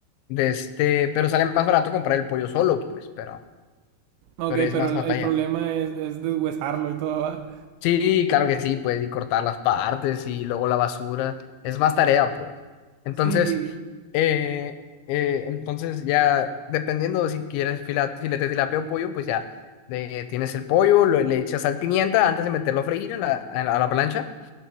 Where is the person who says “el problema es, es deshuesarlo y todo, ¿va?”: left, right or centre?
Right